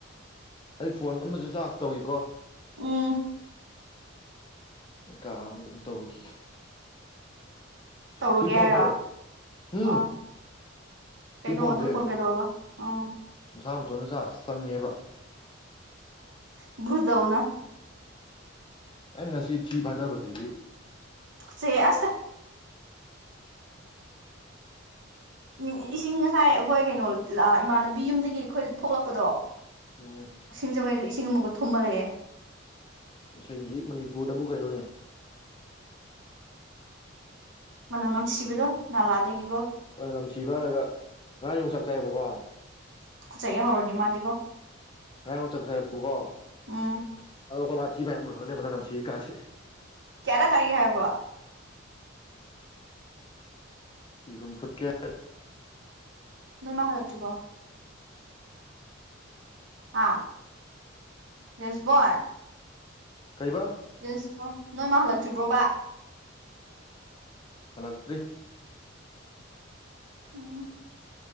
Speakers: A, on the left (about 25°); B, on the right (about 60°).
A: ꯑꯩ ꯐꯣꯟ ꯑꯃꯖꯨ ꯆꯥꯖ ꯇꯧꯏꯀꯣ
B: ꯎꯝ
A: ꯀꯥ ꯑꯃꯗ ꯑꯗꯨꯝ ꯇꯧꯔꯈꯤꯒꯦ
B: ꯇꯧꯔꯨꯒꯦ
A: ꯁꯤ ꯐꯣꯟꯖꯦ
B: ꯍꯥꯏꯔꯣ
A: ꯎꯝ
B: ꯑꯥ ꯀꯩꯅꯣ
A: ꯁꯤ ꯐꯣꯟꯁꯦ
B: ꯑꯗꯨ ꯐꯣꯟ ꯀꯩꯗꯧꯔꯕ ꯎꯝ
A: ꯃꯁꯥ ꯃꯇꯣꯟꯗ ꯆꯥꯔꯁ ꯆꯪꯉꯦꯕ
B: ꯎꯝ ꯕ꯭ꯔꯨꯗꯧꯅ
A: ꯑꯩ ꯉꯁꯤ ꯊꯤ ꯐꯥꯏꯗꯕꯖꯤꯗꯤ
B: ꯇꯨꯀꯆꯩꯌꯦ ꯑꯁ ꯎꯝ ꯏꯁꯤꯡ ꯉꯁꯥꯏ ꯑꯈꯣꯏ ꯀꯩꯅꯣ ꯂ ꯏꯃꯥꯟꯅꯕꯤ ꯌꯨꯝꯗꯒꯤꯗꯤ ꯑꯈꯣꯏ ꯊꯣꯛꯂꯛꯄꯗꯣ
A: ꯎꯝ
B: ꯁꯤꯡꯖꯃꯩꯗꯨ ꯏꯁꯤꯡ ꯑꯃꯨꯛꯀ ꯊꯨꯝꯃ ꯂꯩꯑꯦ
A: ꯏꯁꯤꯡꯗꯤ ꯃꯅꯤꯄꯨꯔꯗꯕꯨ ꯀꯩꯅꯣꯅꯦ
B: ꯃꯅꯝ ꯅꯝꯊꯤꯕꯗꯣ ꯅꯂꯥꯗꯒꯤꯒꯣ
A: ꯃꯅꯝ ꯅꯝꯊꯤꯕ ꯍꯥꯏꯔꯒ ꯉꯔꯥꯡ ꯌꯣꯡꯆꯥꯛ ꯆꯥꯏꯌꯦꯕꯀꯣ
B: ꯇꯨꯀꯠꯆꯩꯌꯦ ꯍꯧꯔꯥꯅꯤ ꯃꯗꯤꯟꯒꯣ
A: ꯉꯔꯥꯡ ꯌꯣꯡꯆꯥꯛ ꯆꯥꯏꯌꯦꯕꯒꯣ
B: ꯎꯝ
A: ꯑꯗꯣ ꯑꯈꯣꯏꯃꯥ ꯊꯤ ꯐꯥꯏꯔꯝꯕ꯭ꯔꯥ ꯈꯪꯗꯦ ꯃꯅꯝ ꯅꯝꯊꯤꯌꯦ ꯀꯥꯁꯦ
B: <unintelligible>
A: ꯌꯦꯔꯨꯝ ꯐꯨꯠꯀꯦꯠ
B: ꯅꯣꯏꯃꯥ ꯍꯜꯂꯛꯇ꯭ꯔꯤꯕꯣ ꯑꯥ ꯖꯦꯁꯕꯣꯟ
A: ꯀꯩꯕ
B: ꯌꯦꯁꯕꯣꯟ ꯅꯣꯏ ꯃꯥ ꯍꯜꯂꯛꯇ꯭ꯔꯤꯕ꯭ꯔꯣꯕ
A: ꯍꯜꯂꯛꯇ꯭ꯔꯤ
B: ꯎꯝ